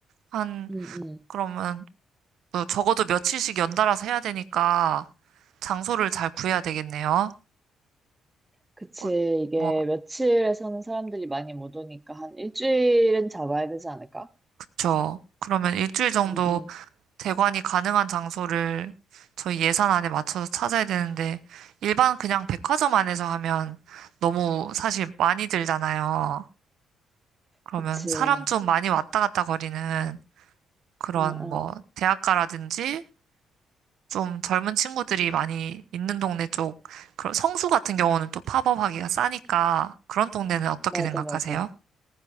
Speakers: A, on the right; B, on the right.
A: 한
B: 음, 음.
A: 그러면 뭐 적어도 며칠씩 연달아서 해야 되니까 장소를 잘 구해야 되겠네요.
B: 그치,
A: 어,
B: 이게
A: 뭐,
B: 며칠에 서는 사람들이 많이 못 오니까 한 일주일은 잡아야 되지 않을까?
A: 그쵸. 그러면 일주일 정도
B: 음, 음.
A: 대관이 가능한 장소를 저희 예산 안에 맞춰서 찾아야 되는데, 일반 그냥 백화점 안에서 하면 너무 사실 많이 들잖아요. 그러면
B: 그치.
A: 사람 좀 많이 왔다 갔다 거리는 그런
B: 어, 어.
A: 뭐, 대학가라든지 좀 젊은 친구들이 많이 있는 동네 쪽, 그런 성수 같은 경우는 또 팝업하기가 싸니까 그런 동네는 어떻게
B: 맞아,
A: 생각하세요?
B: 맞아.